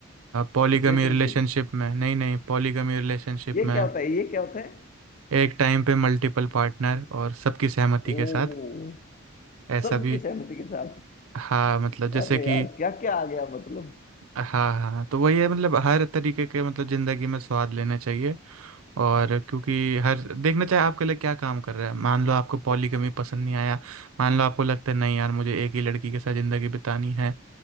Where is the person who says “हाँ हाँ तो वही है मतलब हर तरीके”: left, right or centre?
Right